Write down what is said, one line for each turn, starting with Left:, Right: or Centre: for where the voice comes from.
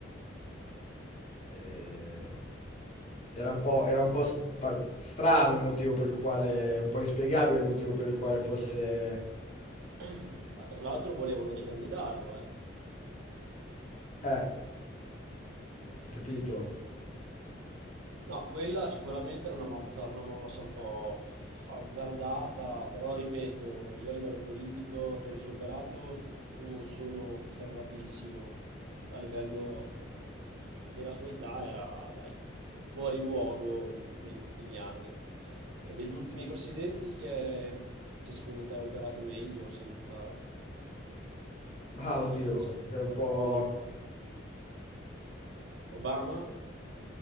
Left: Ehm, era un po' era un po' spar strano il motivo per il quale un po' inspiegabile il motivo per il quale fosse
Right: <clears throat> Ma tra l'altro volevano ricandidarlo, eh.
Left: eh, capito?
Right: No, quella sicuramente era una mossa, una mossa un po' azzardata, però ripeto, io a livello politico del suo operato non sono ferratissimo. A livello della sua età era, dai, fuori luogo mh, negli ultimi anni. E degli ultimi presidenti chi è che secondo te ha operato meglio senza...
Left: Mah, oddio,
Right: Cioè, cioè,
Left: è un po'
Right: secondo lui, Obama?